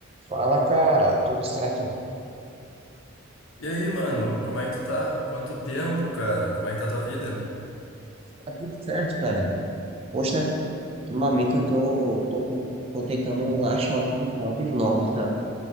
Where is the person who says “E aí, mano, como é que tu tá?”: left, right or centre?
Left